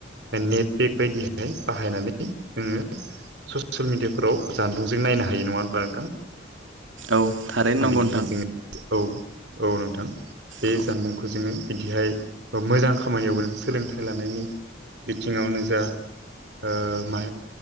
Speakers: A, on the right; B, on the right.
A: नेटपेक बायदिहाय बाहायनानै जोङो ससियेल मिडियाफोराव जानबुंजों नायनो हायो नङा होनबा नोंथां?
B: औ थारैनो नंगौ
A: बिदिहाय
B: नोंथां।
A: जोङो औ औ नोंथां बे
B: औ
A: जानबुंखौ जोङो बिदिहाय ओ मोजां खामानिआवबो नों सोलोंथाइ लानायनि बिथिंआवनो जा ओ मा